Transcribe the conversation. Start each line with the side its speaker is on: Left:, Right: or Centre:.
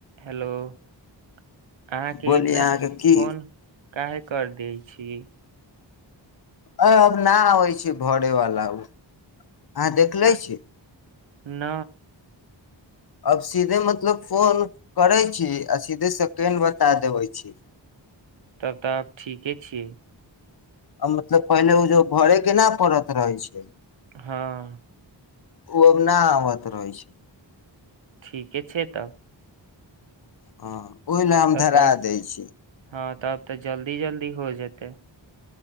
Right: hello अहाँके
Left: बोली
Right: इतना
Left: अहाँके
Right: जल्दी
Left: की
Right: फोन काहे कर दै छी
Left: अ अब नहि आबैय छै भरेवाला ओ अहाँ देखलै
Right: न
Left: छी
Right: न
Left: अब सीधे मतलब फोन करै छी आ सीधे सेकेण्ड बता देबै छी
Right: तब तऽ आब ठीके छियै
Left: मतलब पहिले ओ जो भरै केना पड़त रहै छै
Right: हँ
Left: ओ अब नहि आबत रहै छै
Right: ठीके छै तब
Left: हँ ओहि लए हम
Right: तब
Left: धरा
Right: तब
Left: दै छी
Right: हँ तब तऽ जल्दी जल्दी हो जेतै